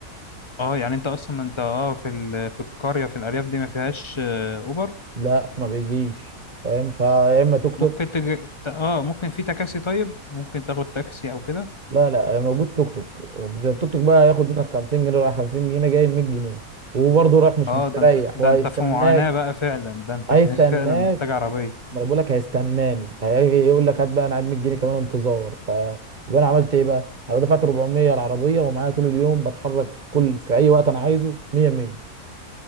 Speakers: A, on the left (about 35°); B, on the right (about 40°).
A: اه يعني انت اصلا انت اه في ال... في القريه في الارياف دي ما فيهاش آه، اوبر
B: لا ما بيجيش فاهم فيا اما توك توك
A: ممكن تج... ت- اه ممكن في تكاسي طيب ممكن تاخد تاكسي او كده
B: لا لا موجود توك توك ده التوك توك بقى ياخد منك 50 جنيه رايح 50 جنيه جاي 100 جنيه وبرضه رايح مش
A: اه
B: مستريح
A: ده انت ده
B: وهيستناك
A: انت في معاناه بقى فعلا ده انت
B: هيستناك
A: في... <laughs> فعلا محتاج عربيه
B: ما انا بقول لك هيستناني هيجي يقول لك هات بقى انا قاعد مديني كمان انتظار فيبقى انا عملت ايه بقى انا دفعت 400 العربيه ومعايا طول اليوم بتحرك في كل في اي وقت انا عايزه 100 100